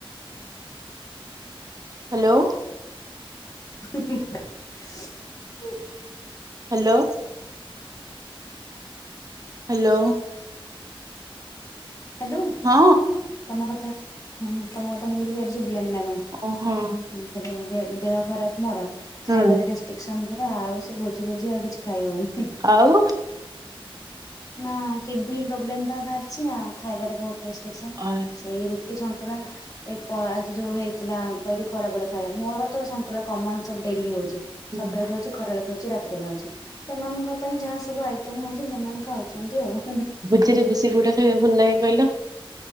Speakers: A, on the right; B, on the left.
A: ହ୍ୟାଲୋ।
B: ହୁଁ ହୁଁ।
A: ହ୍ୟାଲୋ। ହ୍ୟାଲୋ।
B: ହ୍ୟାଲୋ
A: ହଁ
B: ତମ କଥା। ହୁଁ <unintelligible> ଲାନି ନା କଣ
A: ଓହୋ
B: ଖାଲି <unintelligible> ଦେହ ଖରାପ ମୋର।
A: ହୁଁ
B: ଖାଇବା ରେ ରେଷ୍ଟିକ୍ସ ପରା ଆଉ ସେ ଭୋଜି ଭୋଜି ଆଉ କିଛି ଖାଇ ହଉନି।
A: ଆଉ?
B: ନା କିଡନୀ ପ୍ରୋବ୍ଲେମ୍ ପା ବାହାରିଚି ଆଁ। ଖାଇବାରେ ବହୁତ ରେଷ୍ଟ୍ରିକ୍ସନ
A: ଅ
B: ସେଇ ରୁଟି ସନ୍ ନ୍ତୁଳା ଏଇ ପ ଆଜି ଯୋଉ ହେଇଥିଲା କହିଲି ଖରାବେଳେ ଖାଇବା ମୋର ତ ସନ୍ତୁଳା କମନ ସବୁ ଡେଲି ହଉଚି।
A: ହୁଁ
B: ସକାଳେ ଖାଉଚି ଖରାବେଳେ ଖାଉଚି ରାତିରେ ଖାଉଚି ସେମାନଙ୍କ ପାଇଁ ଯାହା ସବୁ ଆଇଟମ ହଉଚି ସେମାନେ ଖାଉଚନ୍ତି ଆଉ।
A: ଭୋଜିରେ ବେଶୀ କୋଉଟା ଖାଇବା ଭଲ ଲାଗେ? କଇଲ